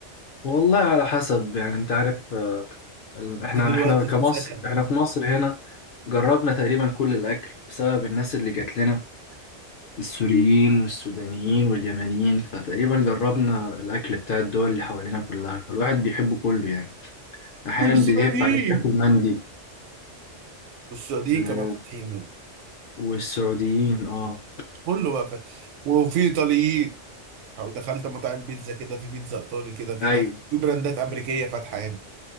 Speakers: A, on the left; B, on the right.
A: والله على حسب يعني انت عارف آه، ال- احنا
B: انت دلوقتي
A: احنا كمصر
B: في سكن
A: احنا في مصر هنا جربنا تقريبا كل الاكل بسبب الناس اللي جات لنا السوريين والسودانيين واليمنيين فتقريبا جربنا الاكل بتاع الدول اللي حوالينا كلها فالواحد بيحبه كله يعني احيانا
B: والسعوديين
A: بيهف عليك تاكل مندي
B: والسعوديين
A: آه،
B: كمان فاتحين هنا
A: والسعوديين اه
B: كله بقى فاتح وفي ايطاليين لو دخلت مطاعم بيتزا كده في بيتزا ايطالي كده في
A: ايوه
B: ناس في براندات امريكيه فاتحه هنا